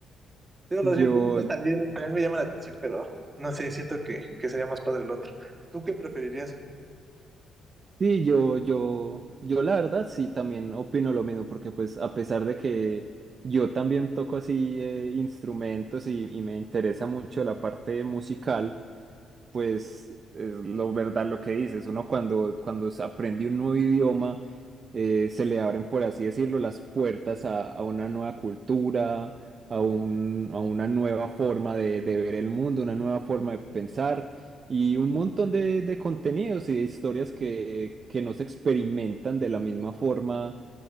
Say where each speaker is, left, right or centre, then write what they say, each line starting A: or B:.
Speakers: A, on the right; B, on the right.
A: Digo,
B: Yo,
A: los instrumentos también, también me llaman la atención, pero no sé, siento que, que sería más padre el otro. ¿Tú qué preferirías?
B: Sí, yo, yo, yo la verdad sí también opino lo mismo, porque pues a pesar de que yo también toco así eh, instrumentos y, y me interesa mucho la parte musical, pues es lo verdad lo que dices, uno cuando, cuando se aprende un nuevo idioma, eh, se le abren, por así decirlo, las puertas a, a una nueva cultura, a un- a una nueva forma de, de ver el mundo, una nueva forma de pensar y un montón de, de contenidos y de historias que, que no se experimentan de la misma forma